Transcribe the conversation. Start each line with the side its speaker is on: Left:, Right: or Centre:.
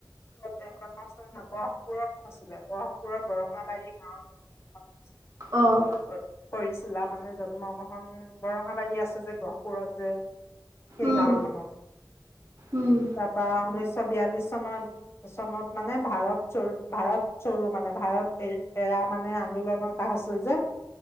Left: া আ ন গৰহপুৰত আছিলে <unintelligible> গহপুৰৰ বৰঙাবাৰী গাঁৱত হৈছিলে।
Right: অহ।
Left: কৰিছিলা মানে জন্ম গ্ৰহণ বৰঙাবাৰী আছে যে, গহপুৰত যে। সেই
Right: উম
Left: গাওখনত,
Right: উম
Left: তাৰ পৰা উনৈছ- ছ বিয়াল্লিশ চনৰ, চনত মানে ভাৰত চৰু, ভাৰত চৰু মানে ভাৰত এ এৰা মানে আন্দোলন এটা হৈছিল যে।